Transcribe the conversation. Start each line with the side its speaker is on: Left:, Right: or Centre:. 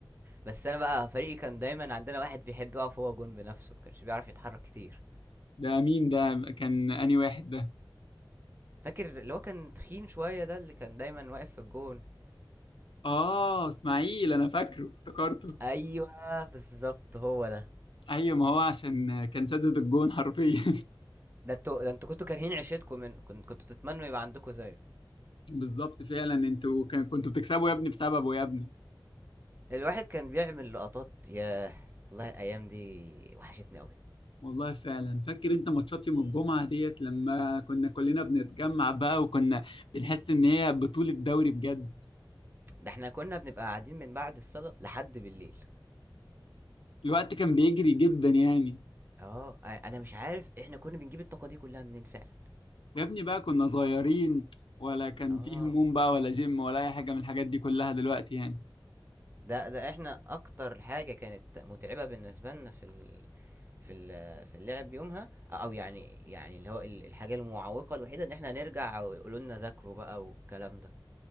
Right: بس أنا بقى فريقي كان دايما عندنا واحد بيحب يقف هو جون بنفسه ما كانش بيعرف يتحرك كتير
Left: ده مين ده كان انهي واحد ده
Right: فاكر اللي هو كان تخين شوية ده اللي كان دايما واقف في الجون
Left: اه اسماعيل انا فاكره افتكرته
Right: أيوه بالظبط هو ده
Left: ايوه ما هو عشان كان سدد الجون حرفيا
Right: ده انتوا ده انتوا كنتوا كارهين عيشتكم منه كنت- كنتوا تتمنوا يبقى عندكم زيه
Left: <laughs> بالظبط فعلا انتوا كان كنتوا بتكسبوا يا ابني بسببه يا ابني
Right: الواحد كان بيعمل لقطات ياه والله الأيام دي وحشتني أوي،
Left: والله فعلا فاكر انت ماتشات يوم الجمعة ديت لما كنا كلنا بنتجمع بقى وكنا بنحس ان هي بطولة دوري بجد
Right: ده إحنا كنا بنبقى قاعدين من بعد الصلاة لحد بالليل،
Left: الوقت كان بيجري جدا يعني
Right: آه أ أنا مش عارف إحنا كنا بنجيب الطاقة دي كلها منين فعلًا،
Left: يا ابني بقى كنا صغيرين ولا كان
Right: آه
Left: فيه هموم بقى ولا جيم ولا اي حاجة من الحاجات دي كلها دلوقتي يعني
Right: ده ده إحنا أكتر حاجة كانت متعبة بالنسبة لنا في ال في ال في اللعب يومها أو يعني يعني اللي هو ال الحاجة المعوقة الوحيدة إن إحنا نرجع ويقولوا لنا ذاكروا بقى والكلام ده.